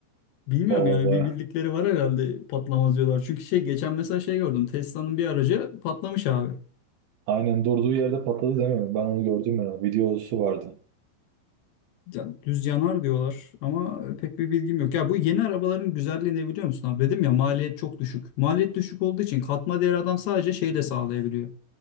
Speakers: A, on the left; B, on the right.
A: Bilmiyorum
B: Oo
A: yani
B: baya.
A: bir bildikleri var herhalde patlamaz diyorlar. Çünkü şey geçen mesela şey gördüm. Tesla'nın bir aracı patlamış abi.
B: Aynen durduğu yerde patladı değil mi? Ben onu gördüm ya. Videosu vardı.
A: Ya, düz yanar diyorlar ama e, pek bir bilgim yok. Ya bu yeni arabaların güzelliği ne biliyor musun abi? Dedim ya maliyet çok düşük. Maliyet düşük olduğu için katma değer adam sadece şeyle sağlayabiliyor.